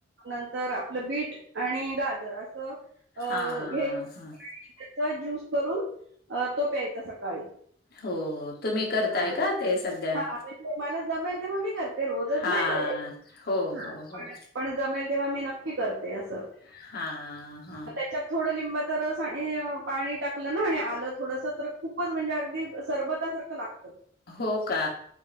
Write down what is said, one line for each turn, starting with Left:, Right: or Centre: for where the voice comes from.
Right: नंतर आपलं बीट आणि गाजर असं अ आणि
Left: हां, हां.
Right: त्याच ज्यस करून अ तो प्यायचा सकाळी
Left: हो तुम्ही करताय
Right: हा
Left: का ते सध्या
Right: हा म्हणजे मला जमेल तेव्हा मी कर ते रोजच
Left: हां.
Right: नाही करत
Left: हो,
Right: हा
Left: हो, हो.
Right: पण जमेल तेव्हा मी नक्की करते असं
Left: हा हा
Right: त्याच्यात थोडं लिंबात रस आणि पाणी टाकलं ना आणि आलं थोडस तर खूपच म्हणजे अगदी सरबतासारखं लागतं.
Left: हो का?